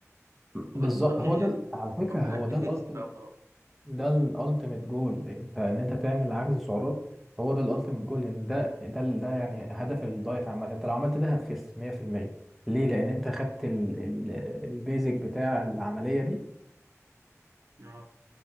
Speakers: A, in the centre; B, on the right (about 65°).
A: بالظبط
B: وباكل طبيعي
A: هو ده
B: يعني
A: ال- على فكرة
B: باكل
A: هو
B: اكل
A: ده
B: هيلثي
A: ال ultimate
B: بقى وخلاص
A: ده الالتيميت جول انت ان انت تعمل عجز سعرات هو ده الالتيميت جول لان ده ده ده يعني هدف الدايت عامه انت لو عملت ده هتخس 100% ليه لان انت خدت ال- ال- البيزك بتاع العمليه دي
B: اه